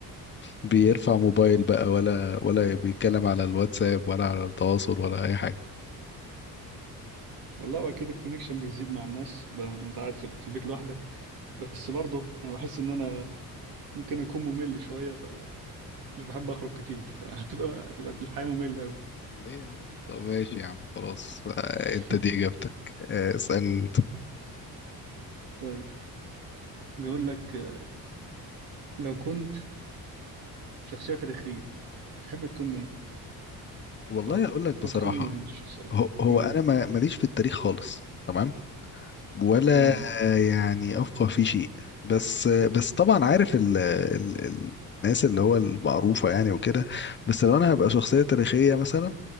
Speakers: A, on the left; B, on the right.
A: بيرفع موبايل بقى ولا ولا بيتكلم على الواتساب ولا على التواصل ولا اي حاجه
B: والله أكيد الكونكشن بيزيد مع الناس بقى لما أنت قاعد في في البيت لوحدك بس برضه أنا بحس إن أنا ممكن أكون ممل شوية فمش بحب أخرج كتير فهتبقى هتبقى الحياة مملة أوي
A: ليه يا عم طب ماشي يا عم خلاص آه،
B: <laughs>
A: انت دي اجابتك آه، اسالني انت
B: طيب بيقول لك آه، لو كنت شخصية تاريخية تحب تكون مين؟
A: والله
B: أو
A: اقول لك بصراحه
B: أو تكون مين هي الشخصية؟
A: هو, هو
B: امم
A: انا ما ماليش في التاريخ خالص تمام ولا
B: امم
A: يعني افقه في شيء بس بس طبعا عارف ال ال ال الناس اللي هو المعروفه يعني وكده بس لو انا هبقى شخصيه تاريخيه مثلا